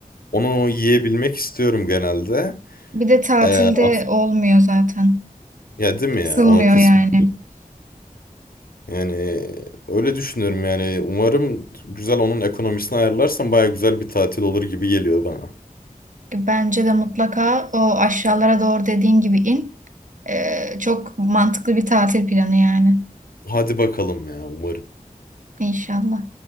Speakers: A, on the left; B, on the right.
A: Onu yiyebilmek istiyorum genelde.
B: Bir de tatilde
A: Ee, as-
B: olmuyor zaten.
A: ya değil mi
B: Kısılmıyor
A: ya? Onu kısmak.
B: yani.
A: Yani öyle düşünüyorum yani. Umarım güzel onun ekonomisini ayarlarsam baya güzel bir tatil olur gibi geliyor bana.
B: Bence de mutlaka o aşağılara doğru dediğin gibi in. Ee, çok mantıklı bir tatil planı yani.
A: Hadi bakalım ya umarım.
B: İnşallah.